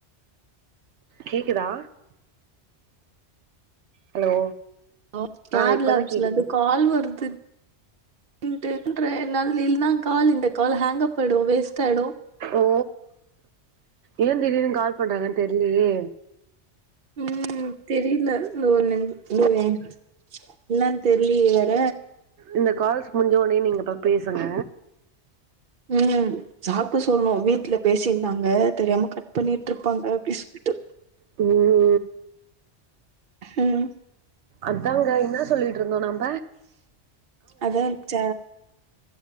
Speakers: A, on the right (about 80°); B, on the right (about 55°).
A: கேக்குதா ஹலோ
B: லோ கேர்லாப்ஸ்லேர்ந்து
A: ஆ இப்பதா கேக்குது
B: கால் வர்து இன்ட்டு இன்றேஎன்னால் லில்னா கால் இந்த கால் ஹங்கப் ஆயிடு வேஸ்ட் ஆயிடு
A: ஓ ஏ திடீர்னு கால் பண்றாங்கன் தெர்லியே
B: ம் தெரில இந்த ஒர் நிம் <unintelligible> இன்னான் தெர்லியே வேற
A: இந்த கால்ஸ் முட்ஞ்ச ஒனே நீங் அப்ப பேசுங்க
B: ம் சாப்பு சொல்ணு வீட்ல பேசின்ந்தாங்க தெரியாம கட் பண்ணிட்ருப்பாங்க அப்டின் சொல்ட்டு
A: ம்
B: ம்
A: அத்தாங்க இன்னா சொல்லிட்ருந்தோ நம்
B: அதா ச